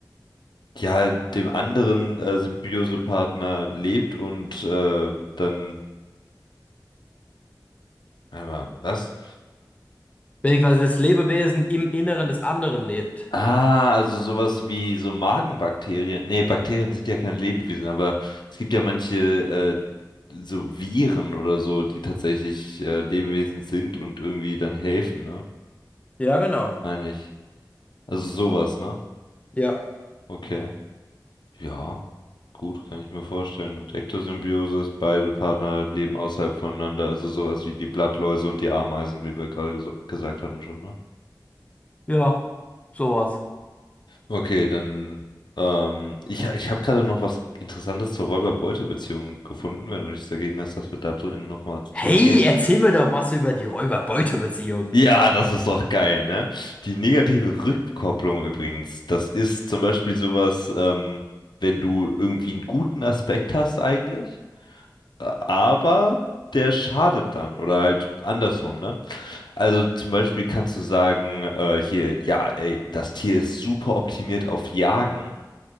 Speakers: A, on the left; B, on the left.
A: ja, dem anderen äh, Symbiosepartner lebt und äh, dann, warte mal, was?
B: Wenn quasi das Lebewesen im Inneren des anderen lebt.
A: Ah, also sowas wie so Magenbakterien. Nee, Bakterien sind ja kein Lebewesen, aber es gibt ja manche äh, so Viren oder so, die tatsächlich äh, Lebewesen sind und irgendwie dann helfen, ne?
B: Ja, genau.
A: Meine ich. Also sowas, ne?
B: Ja.
A: Okay. Ja, gut, kann ich mir vorstellen. Und Ektosymbiosis, ist, beide Partner leben außerhalb voneinander, also sowas wie die Blattläuse und die Ameisen, wie wir gerade ges gesagt hatten schon, ne?
B: Ja, sowas.
A: Okay, dann. Ähm, ich ich habe gerade noch was Interessantes zur Räuber-Beute-Beziehung gefunden, wenn du nichts dagegen hast, dass wir da drin nochmal
B: Hey,
A: zurückgehen.
B: erzähl mir doch was über die Räuber-Beute-Beziehung.
A: Ja, das ist doch geil, ne? Die negative Rückkopplung übrigens, das ist zum Beispiel sowas, ähm, wenn du irgendwie einen guten Aspekt hast eigentlich, äh, aber der schadet dann oder halt andersrum, ne? Also zum Beispiel kannst du sagen, äh, hier, ja, ey, das Tier ist super optimiert auf Jagen.